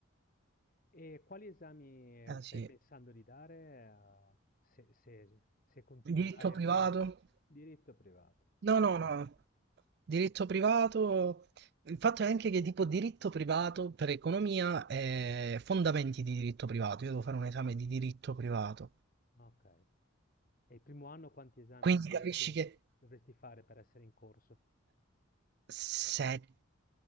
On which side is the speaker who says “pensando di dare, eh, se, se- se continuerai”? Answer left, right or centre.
Left